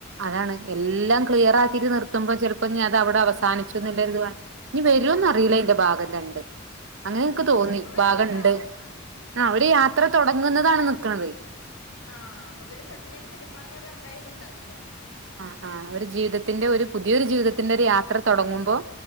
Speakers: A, on the right (about 60°); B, on the left (about 85°).
A: അതാണ് എല്ലാം ക്ലിയർ ആക്കീട്ട് നിർത്തുമ്പോ ചെലപ്പോ ഇനി അ ത് അവിട
B: ആഹ്
A: അവസാനിച്ചൂ എന്നുള്ള ഒരു ഇത് വാ ഇനി വരോന്ന്
B: ആഹ്
A: അറിയില്ല അയിന്റെ ഭാഗം രണ്ട് അങ്ങനെ
B: ആഹ്
A: എനിക്ക് തോന്നി
B: ചെലപ്പോ വരുന്നുണ്ടാവും
A: ഭാഗണ്ട് ആഹ് അവര് യാത്ര തൊടങ്ങുന്നതാണ് നിർത്തണതേ
B: ആഹ് അപ്പൊ പിന്നെ ചെലപ്പം ഇനി അതിന്റെ സെക്കൻഡ് പാർട്ട് ഓര് എറക്കായി ഒന്നും ഉണ്ടാവില്ല
A: ആഹ് ആഹ് ഓര ജീവിതത്തിന്റെ ഒരു പുതിയൊരു ജീവിതത്തിന്റെ ഒരു യാത്ര തൊടങ്ങുമ്പോ